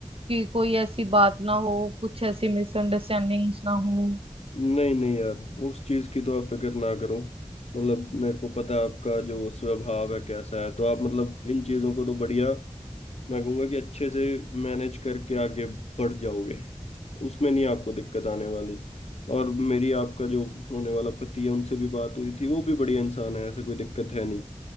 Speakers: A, on the right; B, on the left.
A: कि कोई ऐसी बात ना हो कुछ ऐसी मिसअंडरस्टैंडिंग्स ना हो
B: नहीं नहीं यार उस चीज की तो आप फिक्र ना करो मतलब मेरे को पता है आपका जो स्वभाव है कैसा है तो आप मतलब इन चीजों को तो बढ़िया मैं कहूँगा कि अच्छे से मैनेज करके आगे बढ़ जाओगे उसमें नहीं आपको दिक्कत आने वाली और मेरी आपका जो होने वाला पति है उनसे भी बात हुई थी वो भी बढ़िया इंसान है ऐसे कोई दिक्कत है नहीं